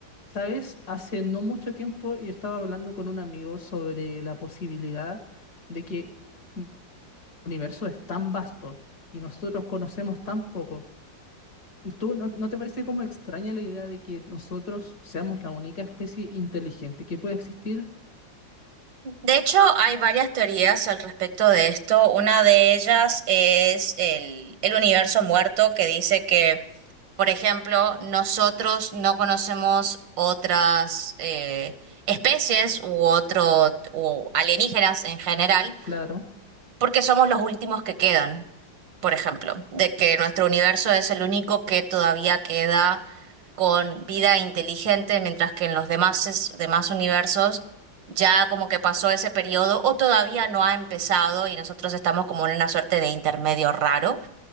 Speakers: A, on the left; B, on the right.
A: ¿Sabes? Hace no mucho tiempo yo estaba hablando con un amigo sobre la posibilidad de que el universo es tan vasto y nosotros conocemos tan poco. ¿Tú no, no te parece como extraña la idea de que nosotros seamos la única especie inteligente que puede existir?
B: De hecho, hay varias teorías al respecto de esto. Una de ellas es el, el universo muerto, que dice que, por ejemplo, nosotros no conocemos otras eh, especies u otro u alienígenas
A: S-
B: en general,
A: Claro,
B: porque somos los últimos que quedan, por ejemplo, de que nuestro universo es el único que todavía queda con vida inteligente, mientras que en los demás, es- demás universos ya como que pasó ese periodo o todavía no ha empezado y nosotros estamos como en una suerte de intermedio raro.